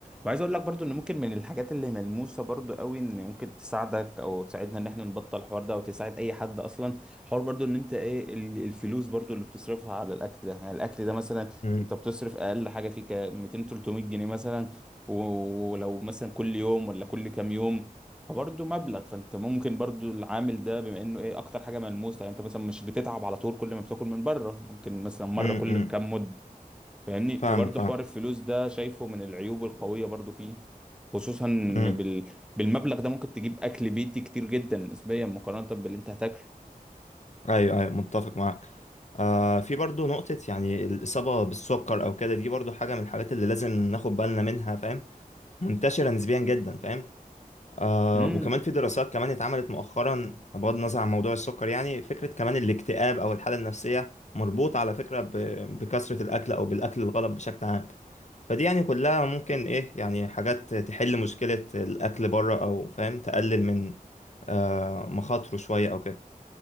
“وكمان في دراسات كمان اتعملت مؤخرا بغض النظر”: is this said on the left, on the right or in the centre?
Left